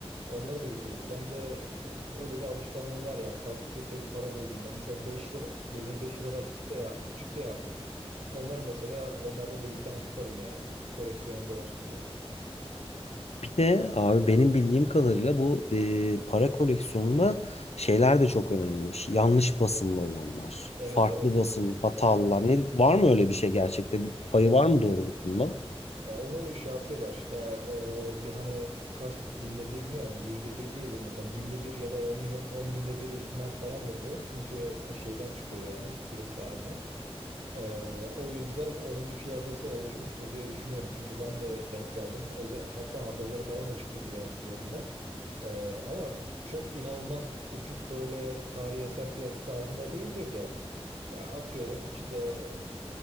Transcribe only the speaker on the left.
Bir de abi benim bildiğim kadarıyla bu e, para koleksiyonunda şeyler de çok önemliymiş. Yanlış basımlı olanlar,
farklı
basım, hatalılar. Ne, var mı öyle bir şey gerçekte? Bir payı var mı doğruluk bunda?